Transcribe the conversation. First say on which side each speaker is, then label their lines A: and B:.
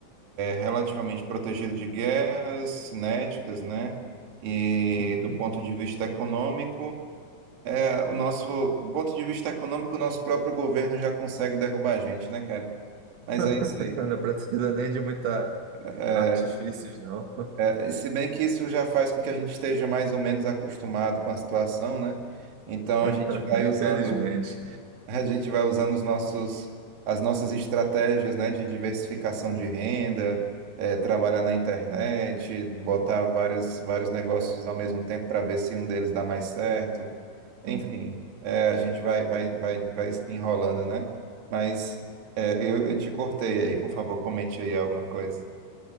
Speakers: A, on the right; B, on the right.
A: relativamente protegido de guerras cinéticas, né? E
B: Uhum.
A: do ponto de vista econômico, é, o nosso, do ponto de vista econômico, o nosso próprio governo já consegue derrubar a gente, né, cara? Mas
B: <laughs>
A: é isso aí.
B: Não precisa nem de muita
A: É,
B: artifícios, não.
A: é, e se bem que isso já faz com que a gente esteja mais ou menos acostumado com a situação, né? Então
B: <laughs>
A: a gente vai usando,
B: Infelizmente.
A: <laughs> a gente vai usando os nossos, as nossas estratégias, né, de diversificação de renda, é, trabalhar na internet, botar vários, vários negócios ao mesmo tempo para ver se um deles dá mais certo. Enfim,
B: Uhum.
A: é, a gente vai, vai, vai, vai enrolando, né? Mas é, eu, eu te cortei aí, por favor, comente aí alguma coisa.